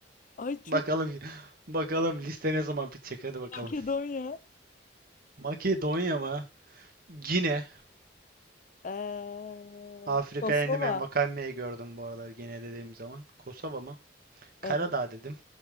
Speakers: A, on the left (about 45°); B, on the right (about 50°).
A: Ay çok
B: Bakalım bakalım liste ne zaman bitecek. Hadi bakalım.
A: Makedonya.
B: Makedonya mı? Gine.
A: Ee,
B: Afrika'ya
A: Kosova.
B: indim. Envakame'yi gördüm bu arada. Gine dediğim zaman. Kosova mı? Karadağ
A: Evet.
B: dedim.